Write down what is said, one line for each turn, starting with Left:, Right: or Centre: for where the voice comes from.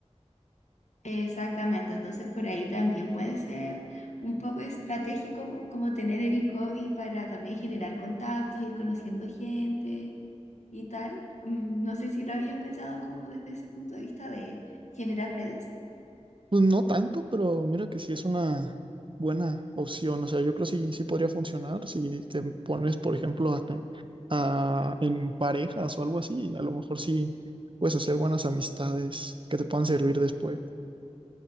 Left: Exactamente, entonces por ahí también puede ser un poco estratégico como, como tener el hobby para también generar contactos, ir conociendo gente y tal. Mm, No sé si lo habías pensado como desde ese punto de vista de generar redes.
Right: Pues no tanto, pero mira que sí es una buena opción. O sea, yo creo que sí, sí podría funcionar si te pones, por ejemplo, a, te- a- en parejas o algo así. A lo mejor sí puedes hacer buenas amistades que te puedan servir después.